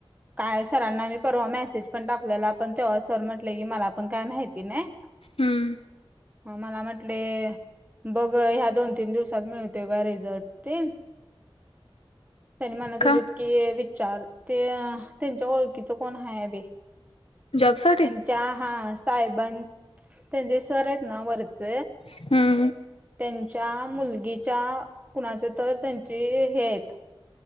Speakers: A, on the right; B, on the left.
A: काय सरांना मी परवा मेसेज पण टाकलेला पण तेव्हा सर म्हटले की मला पण काय माहिती नाही.
B: हम्म
A: म मला म्हटले बघ ह्या दोन, तीन दिवसात मिळत त्यो काय रिझॉर्ट तेन. त्यांनी म्हणत
B: का
A: होतेत की विचार ते त्यांच्या ओळखीच कोण हाय बी.
B: जॉबसाठी?
A: त्या हा साहेबां त्यांचे सर आहेत ना वरच
B: हम्म
A: त्यांच्या मुलगीच्या कुणाचे तर त्यांचे हे आहेत.